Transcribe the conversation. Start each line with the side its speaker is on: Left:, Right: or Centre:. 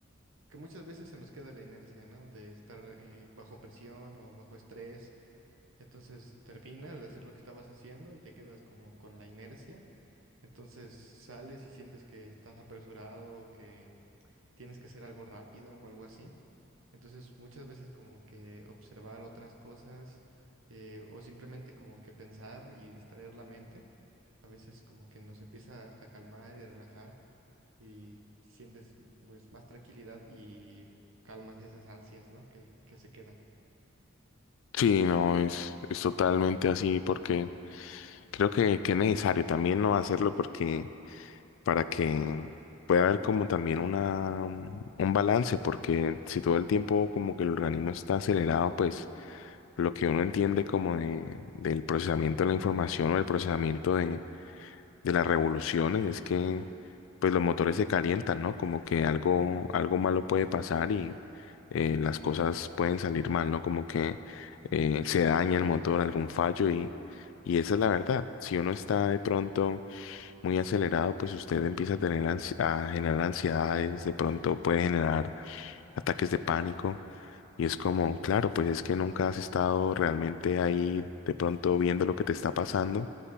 Right: que muchas veces se nos queda la inercia, ¿no? De estar eh, bajo presión o bajo estrés. Entonces terminas de hacer lo que estabas haciendo y te quedas como con la inercia. Entonces sales y sientes que estás apresurado, que tienes que hacer algo rápido o algo así. Entonces muchas veces como que observar otras cosas eh, o simplemente como que pensar y distraer la mente a veces como que nos empieza a calmar y a relajar y sientes pues, más tranquilidad y calmas esas ansias, ¿no? Que, que se quedan.
Left: Sí, no, es, es totalmente así porque creo que, que es necesario también no hacerlo porque para que pueda haber como también una, mm, un balance porque si todo el tiempo como que el organismo está acelerado, pues lo que uno entiende como de, del procesamiento de la información o el procesamiento de de las revoluciones es que pues los motores se calientan, ¿no? Como que algo, algo malo puede pasar y eh, las cosas pueden salir mal, ¿no? Como que eh, se daña el motor, algún fallo y, y esa es la verdad. Si uno está de pronto muy acelerado, pues usted empieza a tener ansi- a generar ansiedades, de pronto puede generar ataques de pánico. Y es como, claro, pues es que nunca has estado realmente ahí de pronto viendo lo que te está pasando